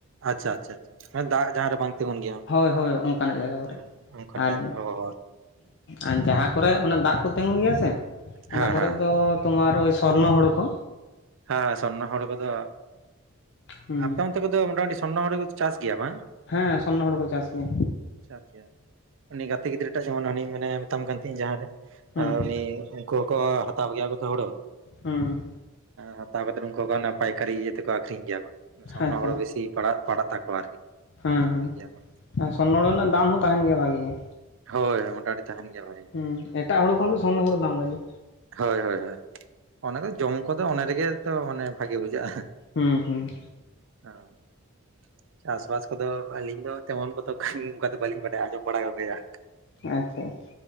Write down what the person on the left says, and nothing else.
ᱦᱳᱭ ᱦᱳᱭ ᱚᱱᱠᱟᱱᱟᱜ ᱡᱟᱭᱜᱟ
ᱠᱚᱨᱮ,
ᱟᱨ
ᱟ ᱡᱟᱦᱟᱸ ᱠᱚᱨᱮ ᱚᱱ ᱫᱟᱜ ᱠᱚ ᱛᱤᱸᱜᱩᱱ ᱜᱮᱭᱟ ᱥᱮ,
ᱚᱱᱟ ᱠᱚᱨᱮ
ᱫᱚ ᱛᱳᱢᱟᱨ ᱳᱭ ᱥᱚᱨᱱᱚ ᱦᱳᱲᱳ ᱠᱚ,
ᱦᱩᱸ
ᱦᱮᱸ
ᱥᱚᱨᱱᱚ ᱦᱩᱲᱩ ᱠᱚ ᱪᱟᱥ ᱜᱮᱭᱟ
ᱦᱮᱸ
ᱦᱮᱸ
ᱟᱪᱪᱷᱟ
ᱟᱪᱪᱷᱟ
ᱦᱮᱸ
ᱦᱮᱸ ᱥᱚᱨᱱᱚᱚᱲ ᱨᱮᱱᱟᱜ ᱫᱟᱢ ᱦᱚᱸ ᱛᱟᱦᱮᱱ ᱜᱮᱭᱟ ᱵᱷᱟᱜᱤ ᱜᱮ᱾
ᱦᱩᱸ ᱮᱴᱟᱜ ᱦᱚᱲᱩ ᱠᱷᱚᱱ ᱫᱚ ᱥᱚᱨᱱᱚ ᱦᱩᱲᱩ ᱵᱟᱝ <unintelligible>
ᱦᱩᱸ ᱦᱩᱸ
ᱟᱪᱪᱷᱟ ᱟᱪᱪᱷᱟ